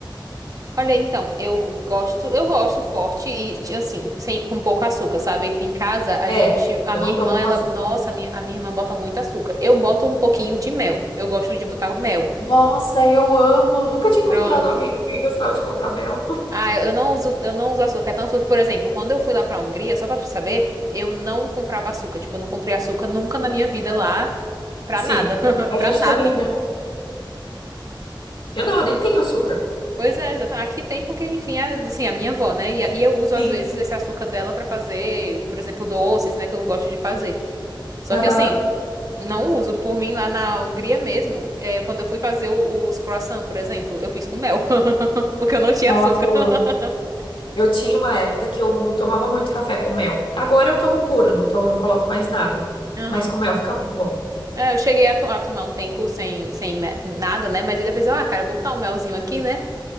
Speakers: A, on the right; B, on the left.
A: Olha, então, eu gosto, eu gosto forte e ti- assim, sem com pouco açúcar, sabe? Em casa a
B: É,
A: gente, a
B: eu
A: minha
B: não
A: irmã,
B: tomo com
A: ela,
B: açúcar.
A: nossa, a minha, a minha irmã bota muito açúcar. Eu boto um pouquinho de mel. Eu gosto de botar mel.
B: Nossa, eu amo. Nunca tinha encontrado
A: Pronto.
B: alguém que gostava de colocar mel.
A: Ah, eu não uso, eu não uso açúcar. É Tanto que, por exemplo, quando eu fui lá pra Hungria, só pra tu saber, eu não comprava açúcar. Tipo, eu não comprei açúcar nunca na minha vida lá, pra
B: Sim,
A: nada, <laughs>
B: a
A: pra
B: gente
A: nada.
B: também não. Eu não, eu nem tenho açúcar.
A: Pois é, exata- aqui tem porque, enfim, é, assim, a minha avó, né? E, a- e eu uso, às
B: Sim.
A: vezes, esse açúcar dela pra fazer, por exemplo, doces, né, que eu gosto de fazer. Só
B: Aham.
A: que, assim, não uso. Por mim, lá na Hungria mesmo, é, quando eu fui fazer o- os croissant, por exemplo, eu fiz com mel, <laughs> porque eu não tinha
B: Nossa,
A: açúcar.
B: eu
A: <laughs>
B: amo. Eu tinha uma época que eu tomava muito café com mel. Agora eu tomo puro, não tomo, não coloco mais nada.
A: Aham.
B: Mas com mel fica muito bom.
A: É, eu cheguei a, to- a tomar um tempo sem, sem me- nada, né? Mas aí depois, eu, ah, cara, eu vou botar um melzinho aqui, né?